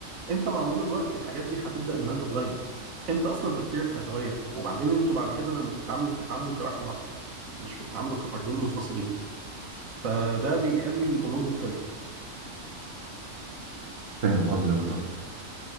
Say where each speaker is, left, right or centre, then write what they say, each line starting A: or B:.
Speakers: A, on the right; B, on the right.
A: انت مع مرور الوقت الحاجات دي هتبدا انها تتغير انت اصلا تفكيرك هيتغير وبعدين انتوا بعد كده لما بتتعاملوا بتتعاملوا كواحد واحده مش بتتعاملوا كفردين منفصلين فده بيخلي الامور مختلفه
B: فاهم قصدك اه